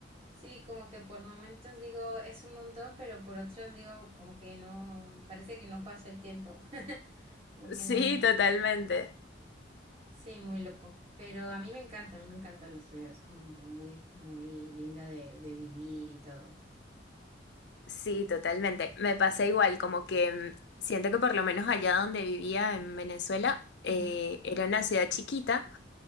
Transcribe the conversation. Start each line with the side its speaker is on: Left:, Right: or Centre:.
Right: Sí, como que por momentos digo es un montón, pero por otros digo como que no, parece que no pasó el tiempo, <laughs> como que
Left: Sí,
Right: no.
Left: totalmente.
Right: Sí, muy loco. Pero a mí me encanta, a mí me encanta la ciudad. Es como muy, muy linda de, de vivir y todo.
Left: Sí, totalmente. Me pasa igual, como que mm, siento que por lo menos allá donde vivía en Venezuela, eh,
Right: Ujú.
Left: era una ciudad chiquita